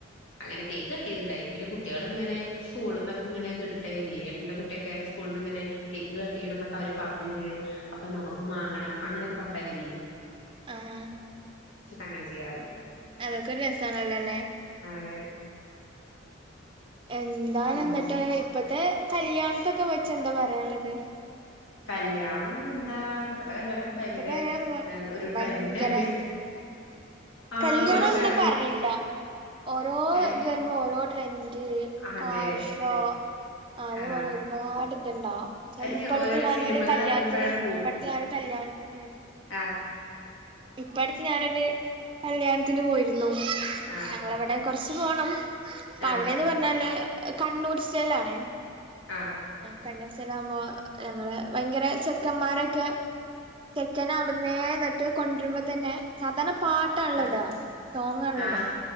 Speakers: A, on the left (about 65°); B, on the right (about 25°).
A: അങ്ങനെ കേക്ക് കട്ടിയത്ണ്ടായി പിന്നെ കുട്ടികൾ ഇങ്ങനെ സ്കൂളിൽ നിന്നൊക്കെ ഇങ്ങനെ കട്ടിട്ടെ വിധി എഏട്ടന്റെ കുട്ടിയൊക്കെ സ്കൂളിൽ നിന്ന് ഇങ്ങനെ കേക്ക് കട്ടിയണം എന്നൊക്കെ അവര് പറഞ്ഞിുണ്ട് അപ്പൊ നമുക്ക് വാങ്ങണം അങ്ങനെയൊക്കെ പറഞ്ഞിട്ട വിധി
B: ആഹ
A: അങ്ങനെ ചെയ്യാറുണ്ട്.
B: ഉ അതൊക്കെരു രസണല്ലോല്ലേ
A: അതെ
B: എന്താാണ്
A: പിന്നെ
B: എന്നിട്ട് ഇപ്പത്തെ കല്യാണം ഇതൊക്കെ വെച്ചെന്താ പറയാനുള്ളത്
A: കല്യാണം എന്താ ഇപ്പത്തെ കല്യാണൊക്കെ ഭയങ്കര
B: ഇപ്പത്തെ കല്യാണന്നെ
A: ഏഹ്, ഒരു
B: ഭയങ്കര
A: ട്രെൻഡാണ് ആഘോഷാണ്
B: കല്യാണാണന്ന് പറയില്ല ഓരോ
A: ഏ
B: ഇത് വരുമ്പോൾ ഓരോ ട്രെ ൻ്റ്
A: അതെ
B: കാറ്ഷോ അതുപോലെ
A: ആ
B: ഒരുപാട് ഇത്ണ്ടാവും ചെല്
A: അതിന്
B: ഇപ്പട്ത്ത്
A: ഓരോരോ
B: ഞാനൊരു
A: സിനിമകൾ
B: കല്യാണത്തിന്
A: ഇറങ്ങുമ്പോഴാണ്
B: ഇപ്പട്ത്ത് ഞാ ലാന്ത്ത് ഉം
A: ആഹ്
B: ഇപ്പടുത്ത് ഞാനൊരു കല്യാണത്തിന് പോയി ന്നു
A: ആ
B: ഞങ്ങളെവടെ കൊറച്ച് പോണം പ്പ
A: ആ
B: അവിടെന്ന് പറഞ്ഞാല് കണ്ണൂർ സ്റ്റൈലാണേ
A: ആഹ്
B: കണ്ണൂര് സ്റ്റൈലാവുമ്പൊ ഞങ്ങളെ ഭയങ്കര ചെക്കന്മാരൊക്കെ ചെക്കനാ അവിടുന്നേന്ന്ട്ട് കൊണ്ടരുമ്പോ തന്നെ സാധാരണ പാട്ടാണ്ല്ലോ
A: ആഹ്
B: ഇടാ സോങാണ്ല്ലോ
A: ആഹ്
B: ഇടാ